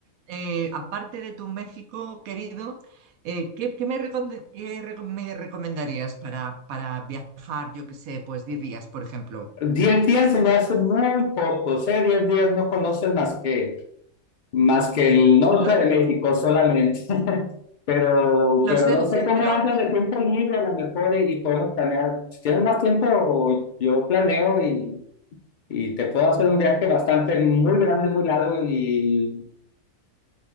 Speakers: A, on the right; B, on the left.
A: eh, aparte de tu México querido, eh, ¿qué, qué me, recomend- qué reco- me recomendarías para, para viajar, yo qué sé, pues 10 días, por ejemplo?
B: Diez días se me hacen muy pocos, ¿eh? Diez días no conoces más que, más que el norte
A: Lo,
B: de México solamente, <laughs> pero,
A: lo
B: pero
A: sé,
B: no
A: lo
B: sé
A: sé,
B: cómo
A: pero
B: andas de tiempo libre a lo mejor y, y podemos planear. Si tienes más tiempo, yo planeo y, y te puedo hacer un viaje bastante muy grande, muy largo y